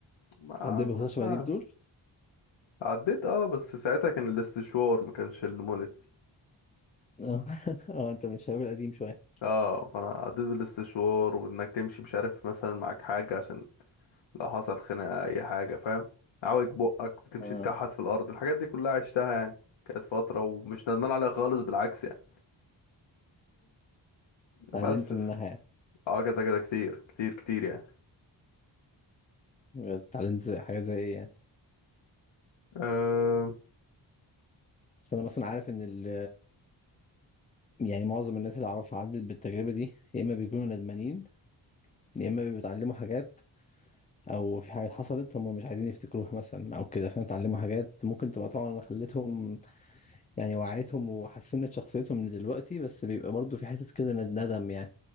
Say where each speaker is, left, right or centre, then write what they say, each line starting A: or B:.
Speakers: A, on the left; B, on the left.
A: ما
B: عندنا بيفضل شبه دي بتقول
A: عديت اه بس ساعتها كان الاستشوار ما كانش المولد
B: <laughs> اه انت من الشباب القديم شويه
A: اه فانا عديت بالاستشوار وانك تمشي مش عارف مثلا معاك حاجة عشان لو حصل خناقة اي حاجة فاهم عوج بقك بتمشي
B: اه
A: تكحت في الارض الحاجات دي كلها عشتها يعني كانت فترة ومش ندمان عليها خالص بالعكس يعني بس
B: اتعلمت
A: ف-
B: منها يعني
A: اه كده كده كتير كتير كتير يعني
B: اتعلمت زي- حاجات زي ايه يعني
A: أه
B: بس انا مثلا عارف ان ال يعني معظم الناس اللي اعرفها عدت بالتجربه دي يا اما بيكونوا ندمانين يا اما بيتعلموا حاجات او في حاجات حصلت هم مش عايزين يفتكروها مثلا او كده فاهم اتعلموا حاجات ممكن تبقى طبعا خلتهم يعني وعيتهم وحسنت شخصيتهم من دلوقتي بس بيبقى برضه في حته كده ند- ندم يعني